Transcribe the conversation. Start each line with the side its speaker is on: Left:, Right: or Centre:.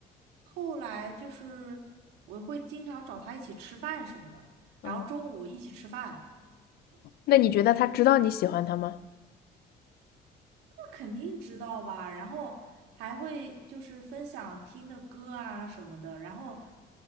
Right: 后来就是我会经常找他一起吃饭什么的，
Left: 嗯，
Right: 然后中午一起吃饭，
Left: 那你觉得他知道你喜欢他吗？
Right: 肯定知道吧，然后还会就是分享听的歌啊什么的，然后